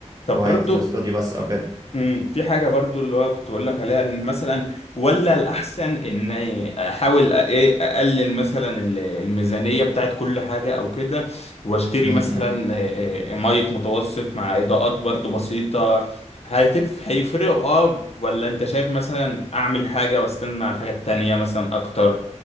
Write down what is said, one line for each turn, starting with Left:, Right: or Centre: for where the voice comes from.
Left: طب
Right: هو
Left: برضو
Right: هيبقى في الاستوديو بس أو كده
Left: امم في حاجة برضو اللي هو كنت بقول لك عليها ان مثلا ولا الأحسن ان احاول ايه اقلل مثلا ال- الميزانية بتاعت كل حاجة او كده واشتري
Right: م-
Left: مثلا
Right: م.
Left: آه، آه، مايك متوسط مع إضاءات برضو بسيطة هتف هيفرقوا اه ولا انت شايف مثلا اعمل حاجة واستنى على الحاجة التانية مثلا اكتر